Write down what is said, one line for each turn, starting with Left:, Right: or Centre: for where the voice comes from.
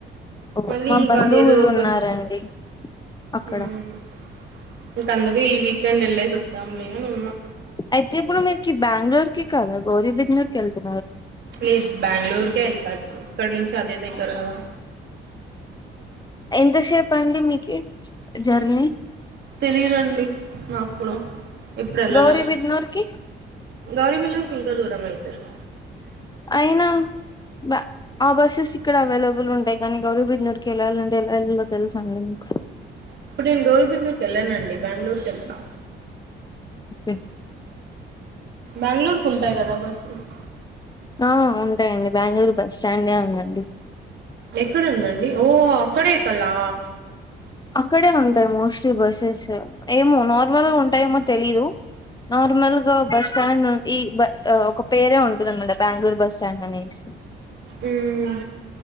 Left: ఓ
Right: మళ్ళీ
Left: మా
Right: ఇంకా
Left: బంధువులు
Right: అది ఏదో
Left: ఉన్నారండి
Right: కొంచం
Left: అక్కడ
Right: మ్ ఇంక అందుకే ఈ వీకెండ్ వెళ్ళేసి వద్దాంలే అని ఉన్నా
Left: అయితే ఇప్పుడు మీరికి బెంగళూరు కి కాదా గౌరబిందనూర్కి వెళ్తు
Right: లేదు బెంగళూరుకే వెళ్తా ఇప్పుడు ఇక్కడ నుంచి అదే దగ్ సరేనా
Left: ఎంతసేపు అండి మీకు జర్నీ
Right: తెలిదండి నా కూడా ఇప్పుడ వెల్లాలా
Left: గౌరీబిద్నూర్ కి
Right: గౌరీబిల్లూర్కి ఇంకా దూరం అవుతుంది
Left: అయినా బ ఆ బస్సెస్ ఇక్కడ అవైలబుల్ ఉండయి కానీ గౌరిబిదునూర్కి వెళ్లాలంటే ఎలా వెళ్ళాలో తెలుసా అండి మీకు
Right: ఇప్పుడు నేను గౌరబిందనూర్కి వెళ్ళనండి బెంగళూరుకి వెళ్తా
Left: ఎస్
Right: బెంగళూరుకి ఉంటాయి కదా బస్సెస్
Left: ఆ ఉంటాయండి బెంగళూరు బస్ స్టాండే ఉందండి
Right: ఎక్కడుందండి ఓ అక్కడే ఎక్కలా
Left: అక్కడే ఉంటాయి మోస్ట్లీ బస్సెస్ ఏమో నార్మల్ గా ఉంటాయేమో తెలీదు నార్మల్ గా బస్ స్టాండ్ ఈ ఒక పేరే ఉంటద అనమాట బెంగళూరు బస్ స్టాండ్ అనేసి
Right: మ్మ్